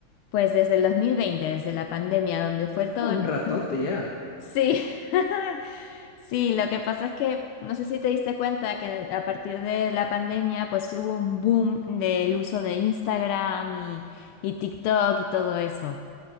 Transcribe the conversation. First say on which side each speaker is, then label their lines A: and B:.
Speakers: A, on the left; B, on the left.
A: pues desde el 2020, desde la pandemia, donde fue todo...
B: Ah,
A: el-
B: un ratote ya.
A: Sí. <laughs> Sí, lo que pasa es que no sé si te diste cuenta que a partir de la pandemia pues hubo un boom del uso de Instagram y, y TikTok y todo eso.